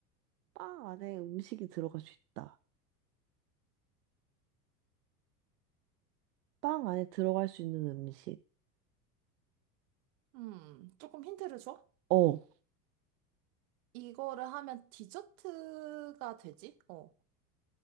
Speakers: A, on the right; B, on the right.
A: 빵 안에 음식이 들어갈 수 있다. 빵 안에 들어갈 수 있는 음식.
B: 음, 조금 힌트를 줘?
A: 어.
B: 이거를 하면 디저트가 되지? 어,